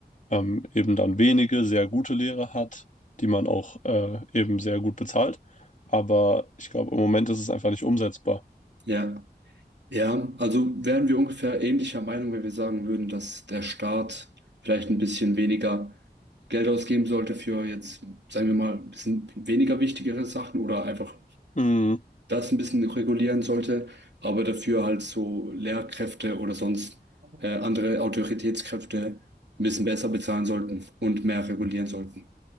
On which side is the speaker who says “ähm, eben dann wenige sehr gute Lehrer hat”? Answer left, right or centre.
Left